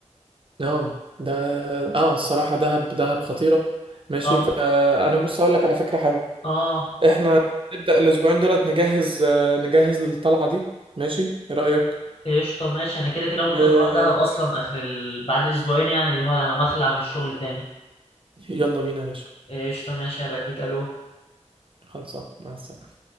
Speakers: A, on the right (about 45°); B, on the left (about 50°).
A: اه ده اه الصراحة دهب دهب خطيرة ماشي
B: طب
A: فانا بص اقول لك على فكرة حلوة
B: آه
A: احنا نبدأ الاسبوعين دولت نجهز آه، نجهز للطلعة دي ماشي ايه رأيك
B: قشطة ماشي أنا كده كده ممكن
A: و
B: أروح دهب أصلا آخر ال... بعد أسبوعين يعني اللي هو على مخلع من الشغل تاني
A: يلا بينا يا باشا
B: قشطة ماشي هبقى أديك ألو
A: خلصان مع السلامة